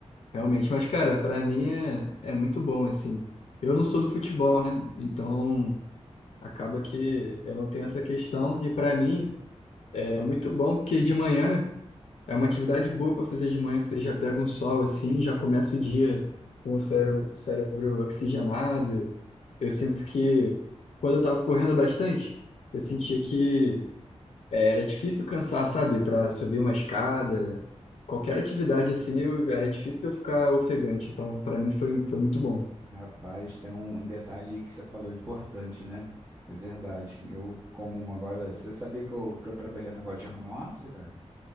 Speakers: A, on the left (about 65°); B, on the right (about 20°).
A: Realmente,
B: Sim.
A: mas, cara, pra mim é, é muito bom, assim. Eu não sou do futebol, né? Então, acaba que eu não tenho essa questão. E pra mim, é muito bom porque de manhã.
B: Hum,
A: É uma atividade boa para fazer de manhã, que você já pega um sol assim, já começa o dia com o cérebro, cérebro oxigenado. Eu sinto que quando eu estava correndo bastante, eu
B: uhum.
A: sentia que é, era difícil cansar, sabe? Para subir uma escada, qualquer atividade assim, eu, era difícil de eu ficar ofegante. Então, para mim foi, foi muito bom.
B: Rapaz, tem um detalhe que você falou importante, né? É verdade. Eu, como agora. Você sabia que eu tô trabalhando agora de home office, cara?